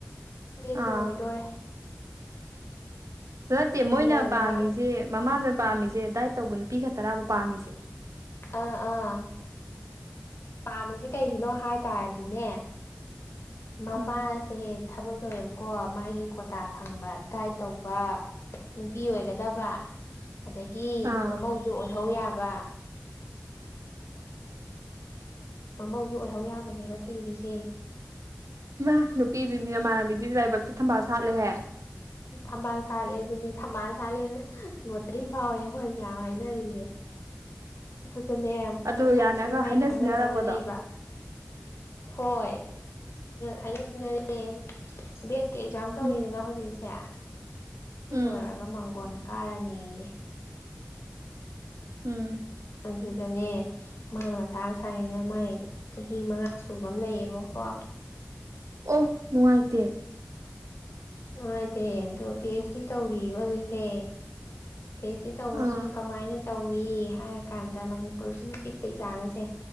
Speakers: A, on the left; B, on the right.
A: ꯕꯤ ꯑꯦꯠꯁꯨ
B: ꯑꯥ
A: ꯂꯣꯏꯗꯣꯔꯦ
B: ꯑꯗꯨ ꯅꯠꯇꯦ
A: ꯑꯗ
B: ꯃꯣꯏꯅ ꯄꯥꯝꯃꯤꯁꯦ
A: ꯅꯍꯥꯟ
B: ꯃꯃꯥꯅ ꯄꯥꯝꯃꯤꯁꯦ ꯗꯥꯏꯠ ꯇꯧꯕ ꯅꯨꯄꯤ ꯈ ꯇꯔꯥꯕ ꯄꯥꯝꯃꯤꯁꯦ
A: ꯑꯥ ꯑꯥ ꯄꯥꯝꯃꯤꯁꯦ ꯀꯩꯒꯤꯅꯣ ꯍꯥꯏꯇꯥꯔꯗꯤꯅꯦ ꯃꯄꯥ
B: ꯎꯝ
A: ꯁꯦ ꯊꯕꯛ ꯇꯧꯋꯦꯕꯀꯣ ꯃꯥꯒꯤ ꯀꯣꯇꯥ ꯐꯪꯕ ꯗꯥꯏꯠ ꯇꯧꯕ ꯅꯨꯄꯤ ꯑꯣꯏꯒꯗꯕ ꯑꯗꯒꯤ
B: ꯑꯥ
A: ꯃꯃꯧꯗꯨ ꯑꯣꯏꯍꯧ ꯌꯥꯕ ꯃꯃꯧꯁꯨ ꯑꯣꯏꯍꯧ ꯌꯥꯕꯅꯦꯕ ꯊꯤꯔꯤꯁꯦ
B: ꯏꯃ ꯅꯨꯄꯤꯗꯨꯅꯤ ꯅꯃꯥꯟꯅꯕꯤꯗꯨꯗꯤ ꯂꯥꯏꯕꯛꯇ ꯊꯝꯕꯥꯜ ꯁꯥꯠꯂꯦꯍꯦ
A: ꯊꯝꯕꯥꯜ ꯁꯥꯠꯂꯦ ꯑꯗꯨꯅꯦ ꯊꯝꯕꯥꯜ ꯁꯥꯠꯂꯦꯅ ꯂꯣꯇ꯭ꯔꯤ ꯐꯥꯎꯔꯦꯅ ꯑꯩꯈꯣꯏ ꯃꯌꯥꯝ ꯍꯥꯏꯅꯔꯤꯁꯦ ꯑꯗꯨꯗꯅꯦ ꯐꯔꯛꯇꯥꯏꯁꯤꯅ
B: ꯑꯗꯨ ꯌꯥꯅꯈ꯭ꯔ
A: ꯃꯥꯏ
B: ꯍꯥꯏꯅ
A: ꯈꯪꯅꯖꯕ
B: ꯁꯤꯡꯅꯔꯕꯗꯣ
A: ꯂꯩꯕ ꯍꯣꯏ ꯍꯥꯏꯅ ꯁꯤꯟꯅꯔꯦ ꯕ ꯑꯦꯛꯖꯥꯝ ꯇꯧꯔꯤꯗꯅ
B: ꯎꯝ
A: ꯍꯧꯖꯤꯛꯁꯦ ꯁꯤ
B: ꯎꯝ
A: ꯂꯣꯏꯔꯒ ꯃꯥꯡꯒꯣꯟ ꯀꯥꯔꯅꯤꯌꯦ
B: ꯎꯝ
A: ꯑꯗꯨꯗꯅꯦ ꯃꯥꯅ ꯃꯊꯥ ꯁꯥꯏꯅ ꯃꯥꯏ ꯆꯍꯤ ꯃꯉꯥ ꯁꯨꯕ ꯑꯃ ꯂꯩꯌꯦꯕꯀꯣ
B: ꯑꯣ ꯅꯨꯡꯉꯥꯏꯇꯦ
A: ꯅꯨꯡꯉꯥꯏꯇꯦ ꯑꯗꯣ ꯄꯤ ꯑꯩꯆ ꯗꯤ ꯇꯧꯔꯤꯕ ꯑꯗꯨꯏꯁꯦ ꯄꯤ ꯑꯩꯆ ꯁꯤ ꯇꯧꯕꯁꯤꯅ
B: ꯑꯥ
A: ꯀꯃꯥꯏꯅ ꯇꯧꯏ ꯍꯥꯏꯔꯀꯥꯟꯗ ꯃꯅꯤꯄꯨꯔꯁꯤꯅ ꯄꯤꯛꯄ ꯏꯥꯡꯁꯦ